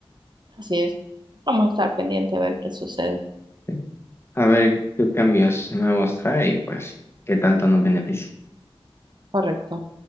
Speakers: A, on the right; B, on the left.
A: Así es. Vamos a estar pendiente a ver qué sucede.
B: ¿sí? A ver qué cambios nuevos trae y pues qué tanto nos beneficia.
A: Correcto.